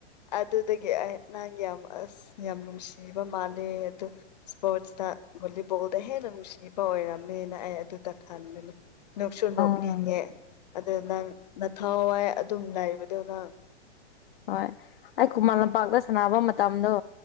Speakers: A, on the left; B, on the left.
A: ꯑꯗꯨꯗꯒꯤ ꯑꯩ ꯅꯪ ꯌꯥꯝ ꯑꯁ ꯌꯥꯝ ꯅꯨꯡꯁꯤꯕ ꯃꯥꯂꯦ ꯑꯗꯨ ꯏꯁꯄꯣꯔꯠꯁꯇ ꯚꯣꯂꯤꯕꯣꯜꯗ ꯍꯦꯟꯅ ꯅꯨꯡꯁꯤꯕ ꯑꯣꯏꯔꯝꯃꯦꯅ ꯑꯩ ꯑꯗꯨ ꯇ ꯈꯥꯟꯃꯤ ꯅꯁꯨ ꯅꯣꯛꯅꯤꯡꯒꯦ
B: ꯎꯝ
A: ꯑꯗꯨ ꯅꯪ ꯅꯊꯥꯋꯥꯏ ꯑꯗꯨꯝ ꯂꯩꯕꯗꯣ ꯅꯪ
B: ꯍꯣꯏ ꯑꯩ ꯈꯨꯃꯟ ꯂꯝꯄꯥꯛꯇ ꯁꯥꯟꯅꯕ ꯃꯇꯝꯗꯣ